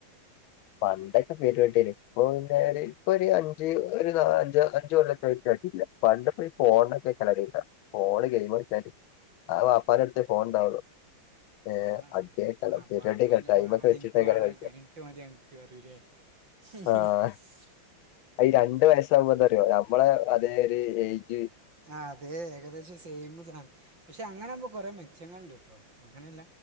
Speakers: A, on the left; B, on the right.
A: പണ്ടൊക്കെ പെരും അടി അയ്നിം ഇപ്പൊ പിന്നെ ഒരു ഇപ്പൊ ഒരു അഞ്ച് ഒരു അഞ്ച് അഞ്ച് കൊല്ലൊക്കെ ആയിട്ട് അടില്ല പണ്ടപ്പോ ഈ ഫോണൊക്കെ ക്കറിയില്ല ഫോണ് ഗെയിമളിച്ചാല് അഹ്‌ വാപ്പാന്റെ അടുത്തേ ഫോൺ ഉണ്ടാവുള്ളു ഏഹ്
B: ആഹ് ആഹ്‌
A: അടിയായിക്കാരം
B: അപ്പൊ
A: പരിപാടിയൊക്കെ
B: വാപ്പാന്റെ
A: ടൈമൊക്കെ
B: ഫോണ് ആദ്യം
A: വെച്ചിട്ടേക്കാരം
B: ഇൻക്ക് വാണം അത്
A: കളിച്ച
B: കഴിഞ്ഞിട്ട് മതി അനക്ക് അറിയൂലേ <unintelligible>
A: ആഹ് ഈ രണ്ട് വയസ് ആകുമ്പോ ന്താറിയോ ഞമ്മളെ അതേ ഒരു എയ്ജ്
B: ആഹ്‌ അതെ ഏകദേശം സെയിം സാണ് പക്ഷെ അങ്ങനാവുമ്പോ കൊറെ മെച്ചങ്ങൾണ്ട് ട്ടോ അങ്ങനെയല്ല